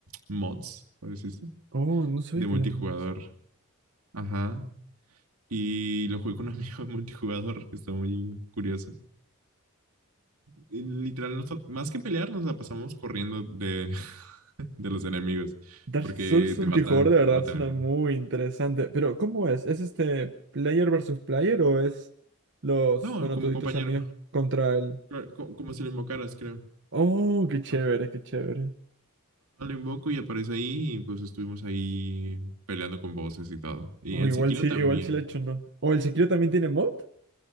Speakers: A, on the right; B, on the right.
A: mods, por decirse,
B: Oh, no sabía
A: de multijugador.
B: que había mods.
A: Ajá. Y lo jugué con un <laughs> amigo de multijugador, está muy curioso. Y literal, nos- más que pelear, nos la pasamos corriendo de, <laughs> de los enemigos,
B: Dark
A: porque
B: Souls multijugador
A: te matan,
B: de verdad
A: te matan
B: suena
A: en uno.
B: muy interesante, pero ¿cómo es? ¿Es este player versus player o es los,
A: No,
B: bueno,
A: como
B: tú y
A: compañero.
B: tus amigos contra el
A: Claro, co- Como, si lo invocaras, creo.
B: Oh, qué chévere,
A: Ajá.
B: qué chévere.
A: Ah, Lo invoco y aparece ahí y pues estuvimos ahí peleando con voces y todo. Y
B: O
A: en
B: igual
A: Sekiro
B: sí,
A: también.
B: igual sí la he hecho, ¿no? O el Sekiro también tiene mod.